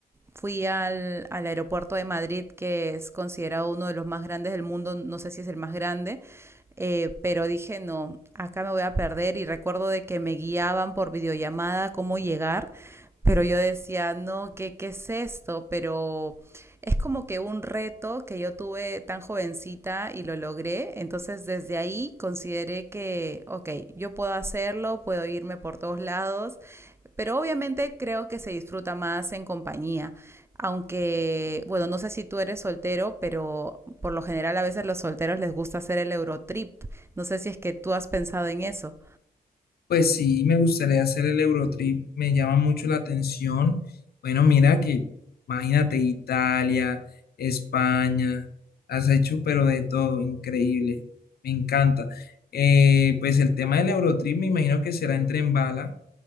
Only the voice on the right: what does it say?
fui al, al, aeropuerto de Madrid, que es considerado uno de los más grandes del mundo, no sé si es el más grande, eh, pero dije, no, acá me voy a perder y recuerdo de que me guiaban por videollamada cómo llegar, pero yo decía, no, ¿qué, qué es esto? Pero es como que un reto que yo tuve tan jovencita y lo logré. Entonces desde ahí consideré que, ok, yo puedo hacerlo, puedo irme por todos lados, pero obviamente creo que se disfruta más en compañía. Aunque, bueno, no sé si tú eres soltero, pero por lo general a veces los solteros les gusta hacer el Eurotrip. No sé si es que tú has pensado en eso.